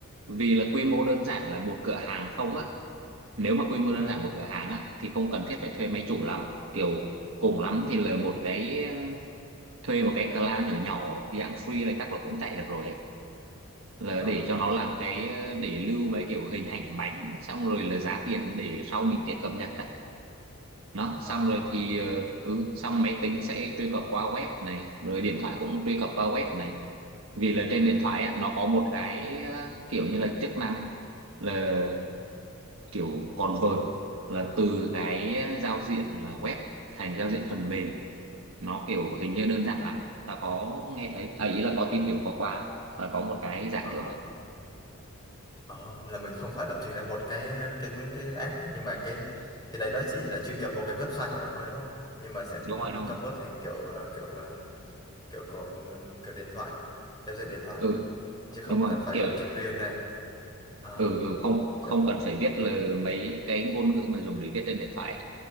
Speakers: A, on the right (about 65°); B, on the left (about 20°).
A: vì là quy mô đơn giản là một cửa hàng không á nếu mà quy mô đơn
B: Ừ.
A: giản một cửa hàng á thì không cần thiết phải thuê máy chủ lắm kiểu cùng lắm thì là một cái ờ, thuê một cái cloud nhỏ nhỏ dạng free này chắc là cũng chạy được rồi ấy. là
B: Ồ.
A: để cho nó làm cái ờ, để lưu mấy kiểu hình ảnh bánh xong rồi là giá tiền để sau mình tiện cập nhật á nó xong
B: Ờ.
A: rồi thì ờ, ừ xong máy tính sẽ truy cập qua web này rồi điện thoại cũng truy cập qua web này vì là trên
B: Ừ.
A: điện thoại á, nó có một cái ờ, kiểu như là chức năng là kiểu convert là từ cái giao diện là web thành giao diện phần mềm nó kiểu hình như đơn giản lắm ta có nghe thấy à, ý là có tìm hiểu qua qua là có một cái dạng
B: Ờ.
A: kiểu vậy
B: Ờ, là mình không phải lập trình ra một cái cái cái, cái app nhưng mà cái cái đấy nó chỉ là truy cập vào cái website của mình thôi đúng không? Nhưng mà sẽ con-
A: đúng rồi đúng
B: convert
A: rồi
B: thành kiểu ờ, kiểu ờ, kiểu của kiểu điện thoại, giao diện điện thoại
A: ừ
B: chứ không
A: đúng rồi
B: cần phải
A: kiểu
B: lập trình riêng ra. À,
A: ừ, ừ không không
B: hiểu.
A: cần phải viết là mấy cái ngôn ngữ mà dùng để viết trên điện thoại